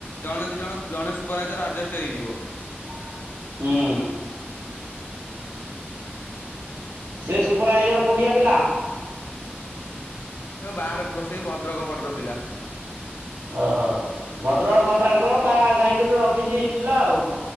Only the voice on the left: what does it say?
ଜଣେ ଦି ଜଣ, ଜଣେ ସୁପର୍ରାଇଜର୍ ଆର୍ଜେଷ୍ଟ୍ ହେଇଯିବ।
ଏଓ ବାଆରକୁ ବସେଇ ଭଦ୍ରକ ପଟର ପିଲା।